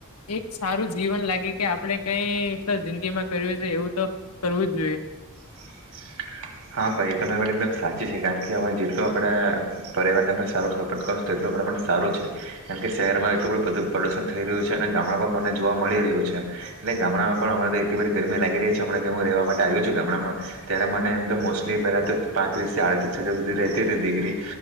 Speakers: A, on the left; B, on the right.
A: એક સારું. જીવન લાગે કે આપણે કઈ તો જિંદગી માં કર્યું છે એવું તો કરવું જ જોઈએ.
B: <inaudible> હા ભાઈ તમારી વાત એકદમ સાચી છે કારણ કે હવે જેટલો આપણેે પરિવારને પણ સારો સપોર્ટ કરશુ તેટલો. પ્રમાણે સારું છે કારણ કે શહેરમાં એટલું બધું પ્રદૂષણ થઈ રહ્યું છે અને ગામડામાં મને જોવા મળી રહ્યું છે. એટલે ગામડામાં પણ અ તો એટલી બધી ગરમી લાગી રહી છેમ હું રહેવા માટે આવ્યો છું ગામડામાં ત્યારે મને. તો મોસ્ટલી પહેલા તો પાંત્રીસથી આડત્રીસ હ સુધી રહેતી ડિગ્રી